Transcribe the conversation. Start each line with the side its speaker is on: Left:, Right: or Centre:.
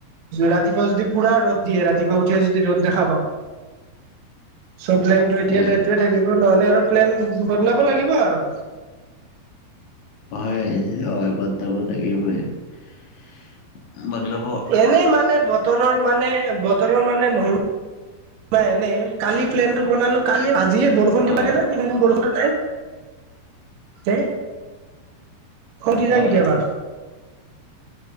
Right: ৰাতিপুৱা যদি পুৰা ৰ'দ দিয়ে। ৰাতিপুৱা- উথিও যদি ৰ'দ দেখা পাওঁ। চ' প্লেনটো এতিয়া
Left: হয়
Right: তাই- সেইটোৱে থাকিব। নহ'লে আৰু প্লেন বদলাব লাগিব আৰু।
Left: হয় অভদ্ৰবোৰ থাকিবই। <unintelligible>
Right: এনেই মানে বতৰৰ মানে বত - বতৰৰ মানে মহি মা এনে। কালি প্লেনটো বনালোঁ। কালি আজিয়ে বৰষুণ দিব
Left: অ
Right: লাগে নে? এইকৈদিন বৰষুণে নাই। দে। খং উঠি যায়
Left: হয়
Right: কেতিয়াবা।